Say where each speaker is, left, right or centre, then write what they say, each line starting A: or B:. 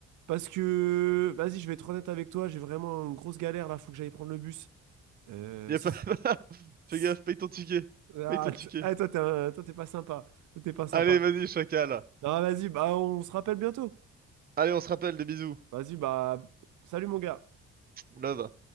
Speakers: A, on the right (about 80°); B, on the right (about 30°).
A: Parce que, vas-y, je vais être honnête avec toi, j'ai vraiment une grosse galère là, faut que j'aille prendre le bus. Euh,
B: Y a
A: si...
B: pas... <laughs>
A: si-
B: Fais gaffe, paye ton ticket.
A: Ah,
B: Paye ton
A: t-
B: ticket.
A: ah, toi, t'es un- toi, t'es pas sympa. Toi, t'es pas sympa.
B: Allez, vas-y, chacal.
A: Non, vas-y, bah, on se rappelle bientôt.
B: Allez, on se rappelle, des bisous.
A: Vas-y, bah, salut, mon gars.
B: Love.